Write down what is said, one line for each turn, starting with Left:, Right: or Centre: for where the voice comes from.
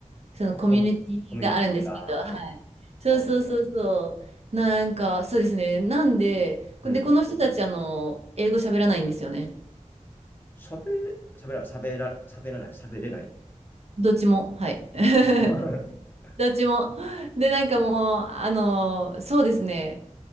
Right: そのコミュニティがあるんですけど、
Left: まあ、コミ、コミュニティがある。
Right: はい。そうそうそうそう。
Left: ああ、
Right: なんか、そうですね。なんで、
Left: うん。
Right: で、この人たち、あの、英語喋らないんですよね。
Left: 喋れ、喋ら、喋ら、喋らない、喋れない。
Right: どっちも。はい。<laughs>
Left: こっち <laughs>
Right: どっちも。で、なんかもう、あの、そうですね。